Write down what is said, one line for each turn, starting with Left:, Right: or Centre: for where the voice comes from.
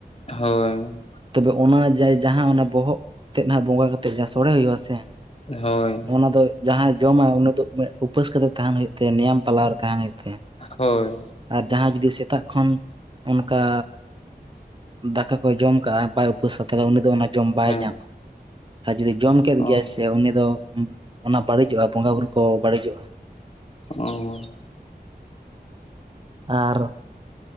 Left: ᱦᱳᱭ
Right: ᱛᱚᱵᱮ ᱚᱱᱟ ᱡᱟᱭ ᱡᱟᱦᱟᱸ ᱚᱱᱟ ᱵᱚᱦᱚᱜ ᱛᱮᱫ ᱦᱟᱜ ᱵᱚᱸᱜᱟ ᱠᱟᱛᱮᱫ ᱡᱟᱦᱟ ᱥᱚᱲᱮ ᱦᱩᱭᱩᱜ-ᱟ ᱥᱮ,
Left: ᱦᱚᱭ
Right: ᱚᱱᱟ ᱫᱚ ᱡᱟᱦᱟᱸᱭ ᱡᱚᱢᱟᱭ ᱩᱱᱤ ᱫᱚ ᱩᱯᱟᱹᱥ ᱠᱟᱛᱮᱫ ᱛᱟᱦᱮᱱ ᱦᱩᱭᱩᱜ ᱛᱟᱭᱟ ᱱᱤᱭᱟᱢ ᱯᱟᱞᱟᱣ ᱨᱮ ᱛᱟᱦᱮᱱ ᱦᱩᱭᱩᱜ ᱛᱟᱭᱟ᱾
Left: ᱦᱳᱭ
Right: ᱟᱨ ᱡᱟᱦᱟᱸᱭ ᱡᱩᱫᱤ ᱥᱮᱛᱟᱜ ᱠᱷᱚᱱ ᱚᱱᱠᱟ ᱫᱟᱠᱟ ᱠᱚᱭ ᱡᱚᱢ ᱠᱟᱜ-ᱟ ᱵᱟᱭ ᱩᱯᱟᱹᱥᱟ ᱛᱟᱦᱞᱮ ᱩᱱᱤ ᱫᱚ ᱚᱱᱟ ᱡᱚᱢ ᱵᱟᱭ
Left: ᱦᱮᱸ
Right: ᱧᱟᱢᱟ᱾ ᱟᱨ ᱡᱩᱫᱤ ᱡᱚᱢ ᱠᱮᱫ
Left: ᱚ
Right: ᱜᱮᱭᱟᱭ ᱥᱮ ᱩᱱᱤ ᱫᱚ ᱚᱱᱟ ᱵᱟᱹᱲᱤᱡᱚᱜ-ᱟ ᱵᱚᱸᱜᱟ ᱵᱩᱨᱩ ᱠᱚ ᱵᱟᱹᱲᱤᱡᱚᱜ-ᱟ᱾
Left: ᱚ
Right: ᱟᱨ